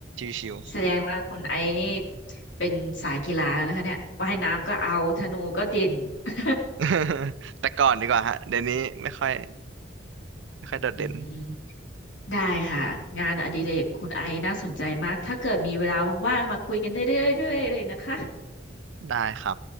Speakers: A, on the right (about 75°); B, on the left (about 75°).
A: ชิว
B: แสดงว่าคุณไอนี่เป็นสายกีฬานะคะเนี่ยว่ายน้ำก็เอาธนูก็เด่น <laughs>
A: <laughs> แต่ก่อนดีกว่าฮะเดี๋ยวนี้ไม่ค่อยไม่ค่อยโดดเด่น
B: อืมอืมได้ค่ะงานอดิเรกคุณไอน่าสนใจมากถ้าเกิดมีเวลาว่างๆมาคุยกันได้เรื่อยๆเลยนะคะ
A: ได้ครับ